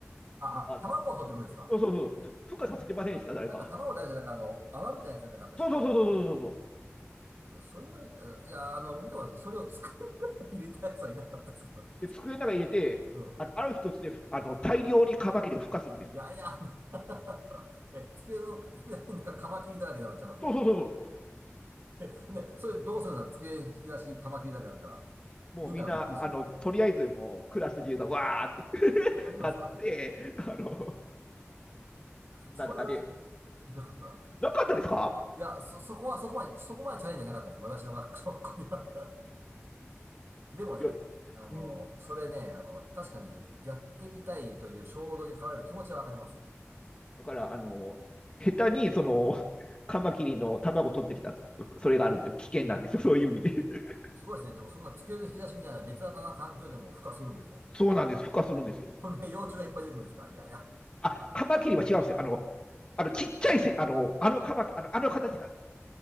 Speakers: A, on the right; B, on the left.
A: あ、
B: あ、
A: あ、卵を取ってくるんですか
B: そうそうそう、ふ孵化させてませんでした誰か。
A: なんか卵大事だから、あの、泡みたいなやつじゃなかったでしたっけ
B: そうそうそうそうそうそうそう。
A: でも、それはい、あいや、あの、見てます。それを机の中に入れたやつはいなかったですけど。
B: で、机の中に入れて、
A: うん。
B: あの、ある一つで、あの、大量にカマキリが孵化するんですよ。
A: いやいや、<laughs> え、机の引き出しなんかカマキリだらけになっちゃいますの。
B: そうそうそうそう。
A: え、でそれどうするんですか机引き出しカマキリだらけだったら、
B: もうみんな、
A: みんながびっくりする。
B: あの、とりあえずもうクラス中がわーって <laughs>
A: まあ、なりますわね。
B: なって、あの、
A: それは
B: なんですかね。
A: いな、かったな。
B: なかったですか
A: いや、そ、そこは、そこまで、そこまでチャレンジじゃなかったです。私の学校には <laughs> でもね、
B: いや、
A: あの、
B: うん。
A: それね、あの、確かにやってみたいという衝動に駆られる気持ちはわかります。
B: だから、あの、下手に、その、カマキリの卵取ってきた、それがあるんですよ。危険なんですよ。そういう意味で。<laughs>
A: すごいですね。でもそんな机の引き出しみたいな劣悪な環境でも孵化するんですね。
B: そうなんです。孵化するんですよ。
A: ほんで、幼虫がいっぱい出てくるんですから。いやいや。
B: あ、カマキリは違うんですよ。あの、あのちっちゃいせ、あの、あのカマキリあの、あの形なんですよ。